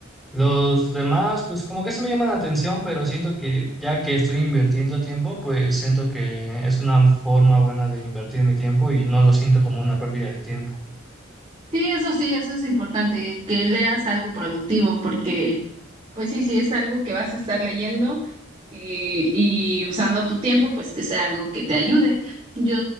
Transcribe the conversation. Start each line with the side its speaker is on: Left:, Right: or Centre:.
Centre: los demás, pues como que sí me llaman la atención, pero siento que ya que estoy invirtiendo tiempo, pues siento que es una forma buena de invertir mi tiempo y no lo siento como una pérdida de tiempo.
Right: Sí, eso sí, eso es importante, que leas algo productivo, porque pues sí, si es algo que vas a estar leyendo que- y usando tu tiempo, pues que sea algo que te ayude. Yo